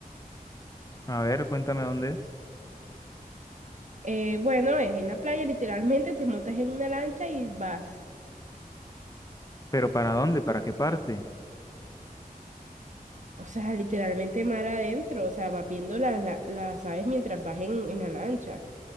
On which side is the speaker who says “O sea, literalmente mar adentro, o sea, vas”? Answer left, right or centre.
Right